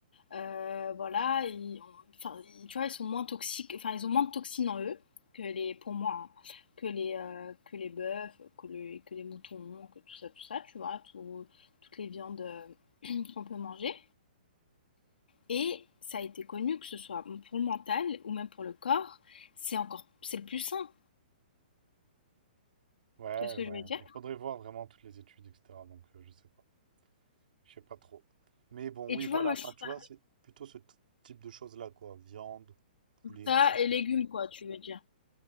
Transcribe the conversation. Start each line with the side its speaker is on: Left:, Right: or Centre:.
Left: euh, voilà, et enfin, ils- tu vois, ils sont moins toxiques, enfin, ils ont moins de toxines en eux que les, pour moi, hein, que les, euh, que les bœufs, que, le- que les moutons, que tout ça, tout ça, tu vois, tout- toutes les viandes euh, qu'on peut manger. Et ça a été connu que ce soit pour le mental ou même pour le corps, c'est encore, c'est le plus sain.
Right: Ouais,
Left: Tu vois ce que
Right: ouais.
Left: je veux dire?
Right: Il faudrait voir vraiment toutes les études, etc. Donc, euh, je sais pas. Je sais pas trop. Mais bon,
Left: Et
Right: oui,
Left: tu
Right: voilà.
Left: vois, moi, je
Right: Enfin,
Left: suis
Right: tu
Left: pas
Right: vois, c'est plutôt ce t- type de choses-là, quoi. Viande, poulet,
Left: ça
Right: poisson.
Left: et légumes, quoi, tu veux dire,